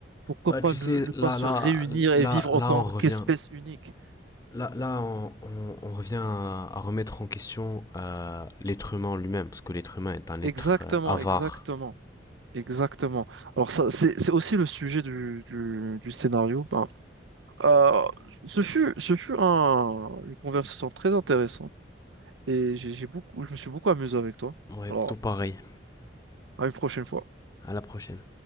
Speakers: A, on the right; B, on the left.
A: Pourquoi
B: Bah,
A: pas
B: tu
A: ne,
B: sais,
A: ne
B: là,
A: pas se
B: là,
A: réunir et
B: là,
A: vivre
B: là,
A: en tant
B: on revient,
A: qu'espèce unique?
B: Là, là on, on- on revient à, à remettre en question euh, l'être humain en lui-même, parce que l'être humain est un être
A: Exactement,
B: euh, avare.
A: exactement, exactement. Alors ça, c'est, c'est aussi le sujet du, du- du scénario. Ben, euh, ce fut, ce fut un, une conversation très intéressante et j'ai j'ai beaucoup, je me suis beaucoup amusé avec toi.
B: Ouais,
A: Alors,
B: tout pareil.
A: à une prochaine fois.
B: À la prochaine.